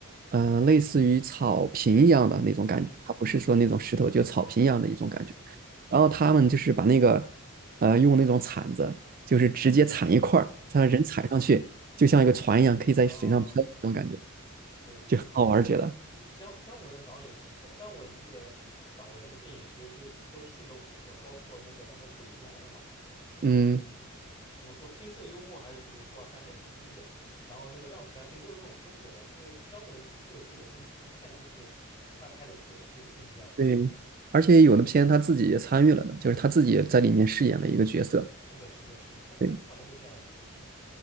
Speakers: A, on the right (about 40°); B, on the left (about 20°).
A: 呃，类似于草坪一样的那种感觉，
B: 嗯嗯嗯，
A: 它不是说那种石头，
B: 嗯，
A: 就草坪一样的一种感觉。
B: 对对对，
A: 然后他们就是把那个，呃，用那种铲子，就是直接铲一块儿，
B: 啊哦
A: 让人踩上去，就像一个船一样，可以在水上漂的那种感觉，
B: 哦哦，对对对。
A: 就很好玩儿，觉得。
B: 嗯，姜姜文导演是姜姜文这个导的这个电影，其实都是都是都不错，包括那个他那《鬼子来了》嘛，那个也很怎么说黑色幽默还是怎么说啊反正很经典。
A: 嗯，
B: 然后那个《让子弹飞》都是这种风格的，就是姜文的确有自己的风格，一看就是他拍的片就是不一样。
A: 对，而且有的片他自己也参与了呢，就是他自己也在里面饰演了一个角色。
B: 是的，是的，是的，他他基本上都会这样子，
A: 对，
B: 对，是的，